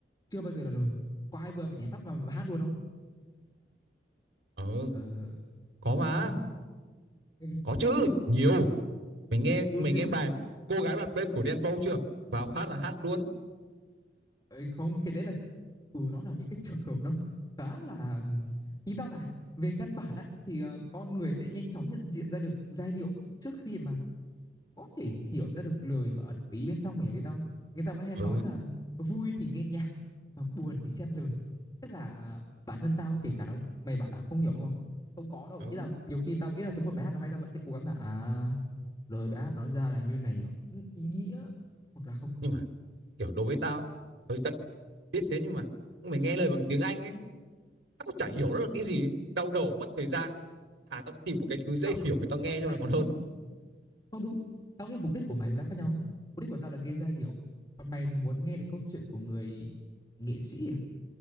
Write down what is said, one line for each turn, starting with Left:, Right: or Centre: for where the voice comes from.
Left: chưa bao giờ là lời có ai vừa về nhảy phát mà, mà hát luôn không
Right: ờ,
Left: ờ,
Right: có mà
Left: chắc là cũng có nhưng
Right: có chứ nhiều mình nghe
Left: ừ
Right: mình
Left: nhưng
Right: nghe
Left: mà
Right: bài cô gái bàn bên của Đen Vâu chưa vào phát là hát luôn
Left: ấy không cái đấy là ừ nó là những cái trường hợp nó khá là ý tao là về căn bản á thì ờ, con người sẽ nhanh chóng nhận diện ra được giai điệu trước khi mà có thể hiểu ra được lời và ẩn ý bên trong mày hiểu biết không người ta vẫn hay
Right: ừ
Left: nói là vui thì nghe nhạc mà buồn thì xem lời tức là à, bản thân tao kể cả đó mày bảo là không hiểu đúng không không có đâu
Right: ừ
Left: ý là nhiều khi tao nghĩ là thấy một bài hát nó hay tao vẫn sẽ cố gắng là à lời bài hát nói ra là như này à, cũng ý nghĩa hoặc là không
Right: nhưng mà kiểu đối với tao hơi tất biết thế nhưng mà mày nghe lời bằng tiếng Anh ấy tao cũng chả hiểu nó là cái gì đau đầu mất thời gian à tao tìm một cái thứ dễ
Left: không
Right: hiểu để tao nghe cho
Left: mày
Right: nó còn hơn
Left: không không đúng tao nghĩ là mục đích của mày với tao khác nhau mục đích của tao là gây giai điệu còn mày thì muốn nghe đến câu chuyện của người nghệ sĩ à?